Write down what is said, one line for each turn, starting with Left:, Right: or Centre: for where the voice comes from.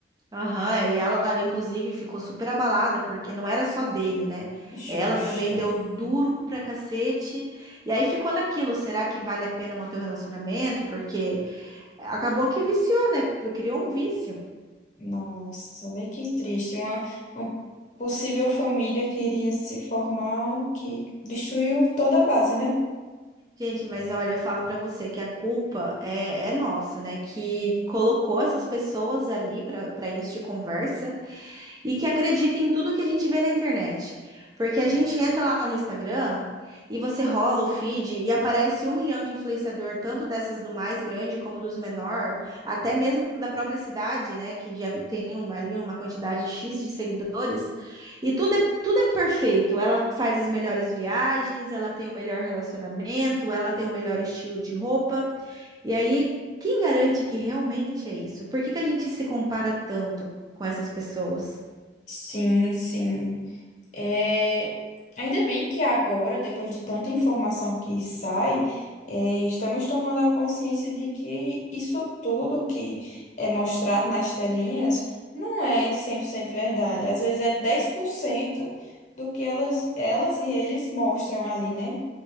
Right: Aham, é, e ela, inclusive, ficou super abalada, porque não era só dele, né?
Left: Justo.
Right: Ela também deu duro pra cacete. E aí ficou naquilo: será que vale a pena manter o relacionamento? Porque acabou que viciou, né? Criou um vício.
Left: Nossa, vê que triste. Uma, uma possível família que iria se formar, que destruiu toda a base, né?
Right: Gente, mas olha, eu falo pra você que a culpa é, é nossa, né? Que colocou essas pessoas ali pra para início de conversa. e que acreditem em tudo que a gente vê na internet. Porque a gente entra lá no Instagram e você rola o feed e aparece um milhão de influenciador, tanto dessas do mais grande como dos menor, até mesmo da própria cidade, né? Que já tem uma- ali uma quantidade X de seguidores. E tudo é, tudo é perfeito. Ela faz as melhores viagens, ela tem o melhor relacionamento, ela tem o melhor estilo de roupa. E aí, quem garante que realmente é isso? Por que que a gente se compara tanto com essas pessoas?
Left: Sim, sim. É, ainda bem que agora, depois de tanta informação que sai, é, estamos tomando a consciência de que isso tudo que é mostrado nas telinhas não é 100% verdade. Às vezes é 10% do que elas, elas e eles mostram ali, né?